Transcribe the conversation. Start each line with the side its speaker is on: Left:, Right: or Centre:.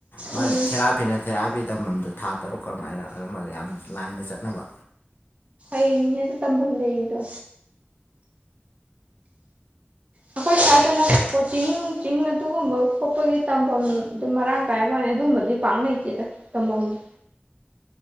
Left: ꯃꯥꯥꯏ
Right: ꯎꯝ
Left: ꯊꯦꯔꯥꯄꯤꯅ ꯊꯦꯔꯥꯄꯤ ꯇꯝꯐꯝꯗꯨ ꯊꯥ ꯇꯔꯨꯛ ꯀ ꯑꯗꯨꯃꯥꯏꯅ ꯑꯗꯨꯝꯕ ꯌꯥꯝ ꯂꯥꯏꯟꯗ ꯆꯠꯅꯕ
Right: ꯂꯩꯗꯤ ꯇꯝꯕꯝ ꯂꯩꯗ ꯑꯩꯈꯣꯏ ꯁ꯭ꯋꯥꯏꯗꯅ ꯀꯣꯆꯤꯡ ꯅꯨꯡ ꯆꯤꯡ ꯑꯗꯨꯒꯨꯝꯕ ꯈꯣꯠꯄꯒꯤ ꯇꯝꯐꯝ ꯑꯗꯨ ꯃꯔꯥꯡ ꯀꯥꯏ ꯋꯥꯅꯤ ꯑꯗꯨꯝꯕꯗꯤ ꯄꯥꯛ ꯂꯩꯇꯦꯗ ꯇꯝꯐꯝꯝꯗ